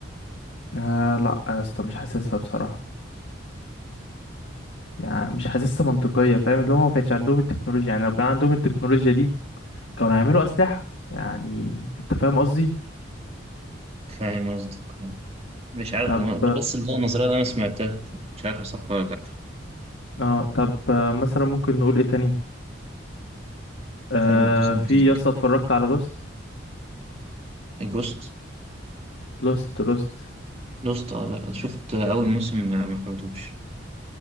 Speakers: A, on the left (about 70°); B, on the right (about 30°).
A: آه لا يا اسطى مش حاسسها بصراحه يعني مش حاسسها منطقية فاهم اللي هو ما كانش عندهم التكنولوجيا يعني لو كان عندهم التكنولوجيا دي كانوا هيعملوا أسلحة يعني أنت فاهم قصدي
B: فاهم قصدك مش عارف
A: طب
B: انا آه. بس اللي هو النظريه ده انا سمعتها مش عارف صح ولا لا
A: اه طب آه، مثلا ممكن نقول إيه تاني آه
B: بريزن
A: في
B: بريك
A: يا اسطى اتفرجت على لوست
B: جوست
A: لوست لوست
B: جوست اه لا شفت اول موسم ما ما حبيتهوش